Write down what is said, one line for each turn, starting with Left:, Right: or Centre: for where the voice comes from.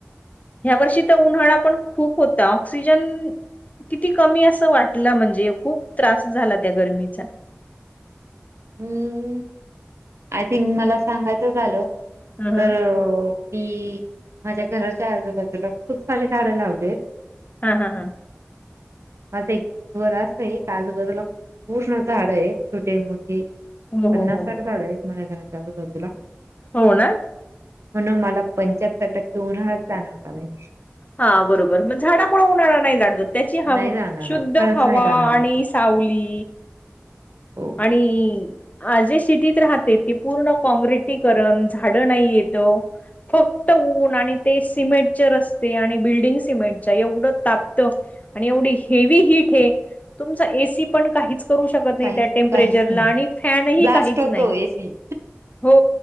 Left: ह्या वर्षी तर उन्हाळा पण खूप होता ऑक्सिजन किती कमी असं वाटलं म्हणजे खूप त्रास झाला त्या गरमीचा
Right: हम्म आय थिंक मला सांगायचं झालं
Left: ह ह
Right: तर मी माझ्या घराच्या आजूबाजूला खूप सारे झाडं लावलेत
Left: हा हा हा
Right: माझं एक घर असंय आजूबाजूला पूर्ण झाड आहेत छोटे मोठे
Left: हो
Right: पन्नासा
Left: हो हो हो
Right: साठ झाड आहेत माझ्या घराच्या आलूबाजूला
Left: हो ना
Right: म्हणून मला पंच्याहत्तर टक्के उन्हा जाणवला नाही
Left: हा बरोबर म झाडामुळे उन्हाळा नाही जाणवत त्याची हवा
Right: नाही जाणवला
Left: शुद्ध
Right: खरंच
Left: हवा
Right: नाही जाणवलं
Left: आणि सावली
Right: हो
Left: आणि आ जे सिटीत राहते ते पूर्ण काँग्रेसिकरण झाडं नाही येत फक्त ऊन आणि ते सिमेंटचे रस्ते आणि बिल्डिंग सिमेंटच्या एवढं तापतं आणि एवढी हेवी हीट ए तुमचा एसी पण काहीच करू शकत नाही
Right: काहीच
Left: त्या <unintelligible>
Right: काहीच नाही
Left: आणि फॅनही
Right: ब्लास्ट
Left: काहीच
Right: होतो
Left: नाही
Right: एसी
Left: हो